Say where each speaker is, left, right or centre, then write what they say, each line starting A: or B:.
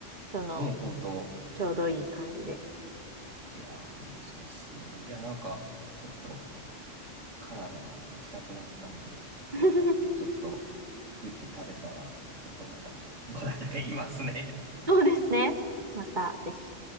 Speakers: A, on the right; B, on the right.
A: その、
B: ねえ、本当。
A: ちょうどいい感じで。
B: いやー、本当そうっすね。いや、なんか、ちょっとカナダ行きたくなったんで、
A: <laughs>
B: また行ってちょっとプーティン食べたら、ちょっとまた、どうだったか言いますね。
A: そうですね。また、ぜひ。